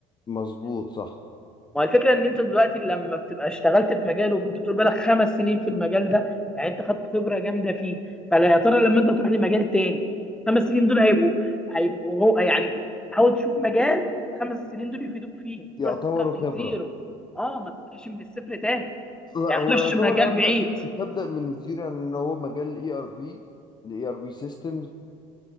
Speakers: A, on the left; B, in the centre.
A: مظبوط صح
B: ما هو الفكره ان انت دلوقتي لما بتبقى اشتغلت في مجال وانت بتقول بالك خمس سنين في المجال ده يعني انت خدت خبره جامده فيه فلا يا ترى لما انت تروح لمجال تاني خمس سنين دول هيبقوا هيبقوا هو يعني حاول تشوف مجال خمس سنين دول يفيدوك فيه مش
A: يعتبر
B: تروح تبدا
A: خبرة
B: من زيرو اه ما تبداش من الصفر تاني
A: لا
B: يعني
A: هو
B: ما تروحش
A: يعتبر
B: مجال
A: هبدأ
B: بعيد
A: هبدأ من الزيرو يعني ان هو مجال الاي ار بي الاي ار بي سيستمز